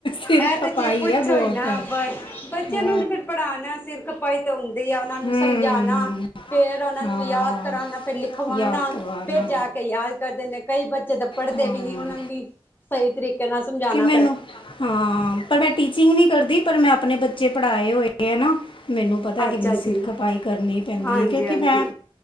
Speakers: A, on the left; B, on the left.
A: ਸਿਰ
B: ਇਹ
A: ਖਪਾਈ
B: ਤੇ ਜੇ ਪੁੱਛੋ
A: ਹੈ ਬਹੁਤ
B: ਹੀ ਨਾ
A: ਹਾਂ
B: ਬਸ ਬੱਚਿਆਂ ਨੂੰ ਤੇ ਫਿਰ ਪੜ੍ਹਾਣਾ ਸਿਰ- ਸਿਰ ਖਪਾਈ ਤਾਂ ਹੁੰਦੀ ਆ ਉਹਨਾਂ ਨੂੰ
A: ਹੂੰ
B: ਸਮਝਾਉਣਾ ਫੇਰ- ਫਿਰ ਉਹਨਾਂ
A: ਹਾਂ
B: ਨੂੰ ਯਾਦ ਕਰਾਉਣਾ ਫਿਰ ਲਿਖਵਾਉਣਾ
A: ਯਾਦ ਕਰਵਾਉਣਾ
B: ਫੇਰ ਜਾ ਕੇ ਯਾਦ ਕਰਦੇ ਕਈ ਬੱਚੇ- ਜਿਦਾ ਪੜ੍ਹਦੇ
A: ਹਾਂ
B: ਵੀ ਨੀ ਉਹਨਾ ਨੂੰ ਵੀ ਸਈ ਤਰੀਕੇ ਨਾਲ ਸਮਝਾਣਾ
A: ਮੈਨ ਹਾਂ ਪਰ ਮੈ ਟੀਚਿੰਗ ਨੀ ਕਰਦੀ ਪਰ ਮੈ ਆਪਣੇ ਬੱਚੇ ਪੜ੍ਹਾਏ ਹੋਏ ਹੈ ਨਾ ਮੈਨੂੰ ਪਤਾ ਕਿੰਨੀ
B: ਅੱਛਾ
A: ਸਿਰ
B: ਜੀ
A: ਖਪਾਈ ਕਰਨੀ ਪੈਂਦੀ
B: ਹਾਂਜੀ
A: ਹੈ ਕਿਉਕਿ
B: ਹਾਂਜੀ
A: ਮੈਂ